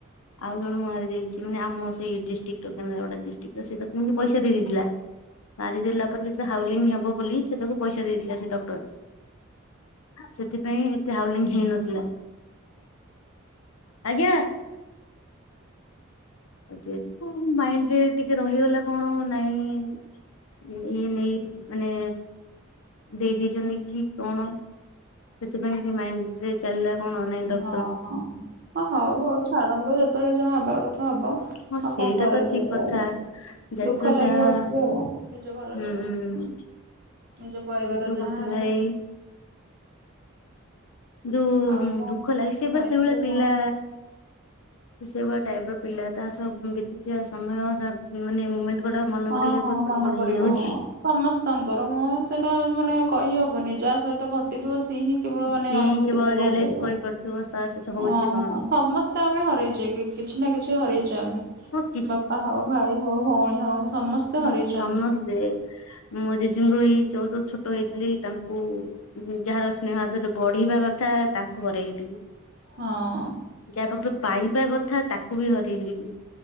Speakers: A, on the left (about 80°); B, on the right (about 45°).
A: ଆଉ ଜଣଙ୍କୁ ମାରି ଦେଇଛି ମାନେ ଆମ ସେଇ ଡିଷ୍ଟ୍ରିକ୍ଟ କେନ୍ଦ୍ରାପଡ଼ା ଡିଷ୍ଟ୍ରଟର ସେ ତାକୁ ଏମିତି ପଇସା ଦେଇଥିଲା ମାରିଦେଲା ପରେ ଯେତେବେଳେ ହାଉଲିଙ୍ଗ ହେବ ବୋଲି ସେ ତାକୁ ପଇସା ଦେଇଥିଲା ସେ ଡକ୍ଟର। ସେଥିପାଇଁ ଏତେ ହାଉଲିଙ୍ଗ ହେଇନଥିଲା। ଆଜ୍ଞା? ଯେହେତୁ ମାଇଣ୍ଡ୍ ରେ ଟିକେ ରହିଗଲା କଣ ନାଇଁ ଏଇ ନେଇ ମାନେ ଦେଇ ଦେଇଛନ୍ତି କି କଣ ସେଥିପାଇଁ ଟିକେ ମାଇଣ୍ଡ୍ ରେ ଚାଲିଲା କଣ ନାଇଁ ଡ
B: ଓହୋଃ ହଁ ହଁ ଓ ହଉ ହଉ ଛାଡ଼ନ୍ତୁ ଯେତେବେଳେ ଯାହା ହେବା କଥା ହବ।
A: ହଁ
B: ଆଉ
A: ସେଇଟା
B: କଣ କରାଯାଇ
A: ତ ଠିକ କଥା
B: ପାରିବ
A: ଯେହେତୁ
B: ଦୁଃଖ ଲାଗିବ
A: ଯାହା
B: ଟିକେ ଆଉ ନିଜ ଘର
A: ହୁଁ
B: ଲୋକ। ନିଜ ପରିବାର
A: ଯେହେତୁ
B: ର
A: ଗୋଟେ
B: ଯାହା ହେଲେ।
A: ଭାଇ କିନ୍ତୁ
B: ଆଉ କଣ
A: ଦୁଃଖ ଲାଗେ ସିଏ ବା
B: ଖାଇଥିଲେ
A: ସେଇ ଭଳିଆ ପିଲା
B: କଣ
A: ସିଏ ସେଇ ଭଳିଆ ଟାଇପ୍ ର ପିଲା ତା ସହ ବିତିଥିବା ସମୟ ମାନେ ସେଗୁଡ଼ାକ ମନେ
B: ହଁ
A: ପଡିଲା
B: ହଁ
A: କୁ ଏପଟେ
B: ମନେ
A: କଣ
B: ପଡିବ
A: ହେଇଯାଉଛି।
B: ହଁ ସମସ୍ତଙ୍କର ହଁ ସେଇଟା ମାନେ କହି ହବନି ଯାହା ସହିତ ଘଟିଥିବ ସିଏ ହିଁ କେବଳ ମାନେ
A: ସିଏ
B: ଅନୁଭୂତିରେ
A: ହିଁ କେବଳ
B: କହିପାରିବ
A: ରିଏଲାଇଜ କରିପାରୁଥିବ ତା ସହିତ ହଉଛି
B: ଓହୋଃ
A: କଣ।
B: ସମସ୍ତେ ତ ଆମେ ହରଇଛେ କି କିଛି ନା କିଛି ହରଇଛେ ଆମେ
A: ହଁ
B: ବାପା ହଉ ଭାଇ ହଉ ଭଉଣୀ ହଉ ସମସ୍ତେ
A: ହୁଁ
B: ହରେଇଛନ୍ତି
A: ସମସ୍ତେ ସେ ମୋ ଜେଜେଙ୍କୁ ବି ଯୋଉ ଛୋଟ ହେଇଥିଲି ତାଙ୍କୁ ଯାହାର ସ୍ନେହ ଆଦରରେ ବଢ଼ିବା କଥା ତାଙ୍କୁ ହରୋଇଲି।
B: ହଁ।
A: ଯାହା ପାଖରୁ ପାଇବା କଥା ତାକୁ ବି ହରେଇଲି।